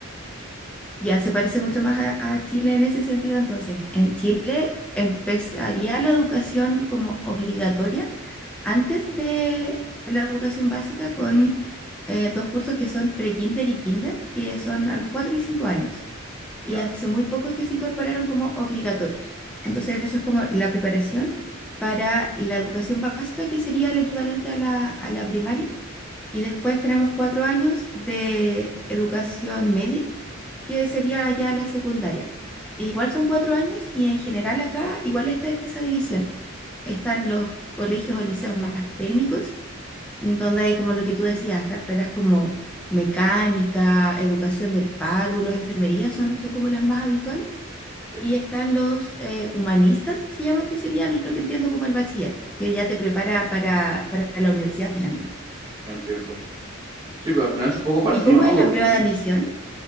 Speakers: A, in the centre; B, on the right.
A: Ya se parece mucho más a, a Chile en ese sentido, entonces, en Chile empezaría la educación como obligatoria antes de la educación básica con eh, dos cursos que son pre-kinder y kinder, que son
B: Ujú,
A: a los 4 y 5 años. Y
B: Ya,
A: hace muy poco que se incorporaron como obligatorios. Entonces, eso es como la preparación para la educación básica, que sería el equivalente a la, a la primaria. Y después tenemos cuatro años de educación media, que sería ya la secundaria. Igual son cuatro años y en general acá igual está esa división. Están los colegios o liceos más técnicos donde hay como lo que tú decías, carreras como mecánica, educación de párvulos, enfermería, son, son como las más habituales.
B: sí,
A: Y están los eh, humanistas, que se llaman, que sería lo que entiendo como el bachiller, que ya te prepara para, para la universidad finalmente.
B: Entiendo. Sí, pero al final es un poco parecido,
A: ¿Y cómo
B: ¿no?
A: es
B: Porque
A: la prueba
B: tienes...
A: de admisión?